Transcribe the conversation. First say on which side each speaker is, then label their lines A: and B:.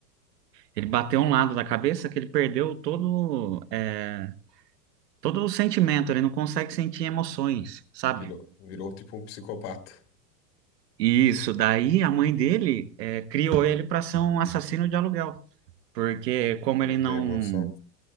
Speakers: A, on the right (about 80°); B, on the left (about 40°).
A: ele bateu um lado da cabeça que ele perdeu todo, é, todo o sentimento, ele não consegue sentir emoções, sabe?
B: Virou, virou tipo um psicopata.
A: E Isso, daí a mãe dele é, criou ele para ser um assassino de aluguel. Porque como
B: Não
A: ele não
B: tem emoção.